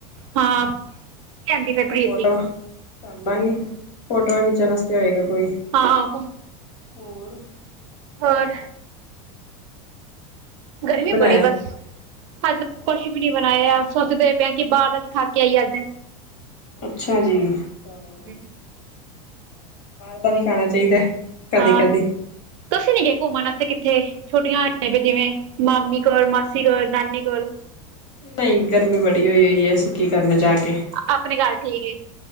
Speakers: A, on the right; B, on the left.
A: ਹਾਂ ਕਹਿੰਦੀ ਫਿਰ ਪ੍ਰੀਤ
B: ਫੋਟੋਆਂ
A: ਵੀ
B: ਬਈ, ਫੋਟੋਆਂ ਖਿੱਚਣ ਵਾਸਤੇ ਹੋਏਗਾ ਕੋਈ।
A: ਹਾਂ
B: ਹੋਰ
A: ਹੋਰ ਗਰਮੀ
B: ਕੀ ਬਣਾਇਆ
A: ਬੜੀ ਬਸ, ਅੱਜ। ਕੁਛ ਵੀ ਨੀ ਬਣਾਇਆ ਸੋਚਦੇ ਪਏ ਕਿ ਬਾਹਰ ਦਾ ਖਾ ਕੇ ਆਈ ਅੱਜ।
B: ਅੱਛਾ ਜੀ, ਬਾਹਰ
A: ਹਮ।
B: ਦਾ ਵੀ ਖਾਣਾ ਚਾਹੀਦਾ। ਕਦੀ
A: ਹਾਂ,
B: ਕਦੀ
A: ਤੁਸੀਂ ਨੀ ਗਏ ਘੁੰਮਣ ਵਾਸਤੇ ਕਿੱਥੇ? ਛੋਟੀਆਂ ਹੈਗੀਆ ਜਿਵੇਂ ਮਾਮੀ ਕੋਲ ਮਾਸੀ ਕੋਲ ਨਾਨੀ ਕੋਲ।
B: ਨਹੀਂ ਗਰਮੀ ਬੜੀ ਹੋਈ ਪਈ ਹੈ ਅਸੀਂ ਕੀ ਕਰਨਾ ਜਾ ਕੇ।
A: ਆਪਣੇ ਘਰ ਠੀਕ ਏ,